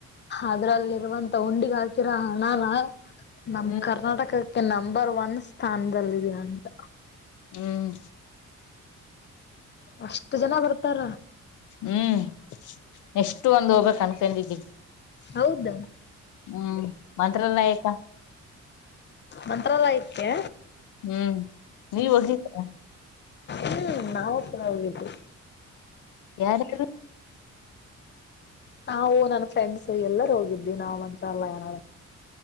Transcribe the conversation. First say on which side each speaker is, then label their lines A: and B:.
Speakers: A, on the left; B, on the left.
A: ಅದ್ರಲ್ಲಿರುವಂತ ಉಂಡಿಗ್ ಹಾಕಿರ ಹಣನ ನಮ್
B: ಹ್ಮ್
A: ಕರ್ನಾಟಕ ಕೆ ನಂಬರ್ ಒನ್ ಸ್ಥಾನದಲ್ಲಿದೆ ಅಂತ
B: ಹ್ಮ್
A: ಅಷ್ಟು ಜನ ಬರ್ತಾರ
B: ಹ್ಮ್ ನೆಷ್ಟು ಒಂದು ಹೋಗ್ಬೇಕ್ ಅನ್ಕೊಂಡಿದ್ದೀವಿ
A: ಹೌದಾ
B: ಹ್ಮ ಮಂತ್ರಾಲಯಕ
A: ಮಂತ್ರಾಲಯಕ್ಕೆ
B: ಹ್ಮ ನೀವ ಹೋಗಿದ್ರ
A: ಹ್ಮ ನಾವು ಕೂಡ ಹೋಗಿದ್ವಿ.
B: ಯಾರಾರು
A: ನಾವು ನನ್ ಫ್ರೆಂಡ್ಸ್ ಎಲ್ಲರ ಹೋಗಿದ್ದಿವಿ ನಾವ್ ಅಂತ್ರ ಅಲ್ಲ ಏನಾದ